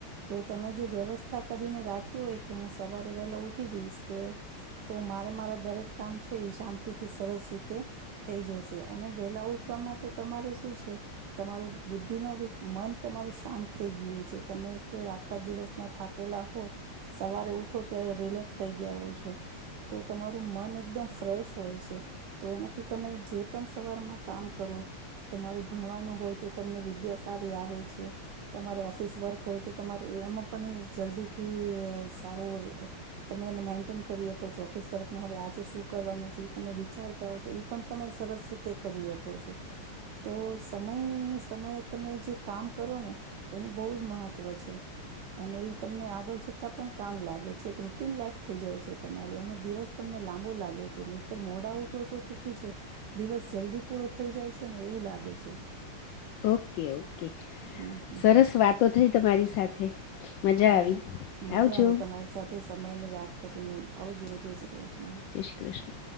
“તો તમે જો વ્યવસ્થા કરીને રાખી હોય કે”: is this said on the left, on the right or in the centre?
Right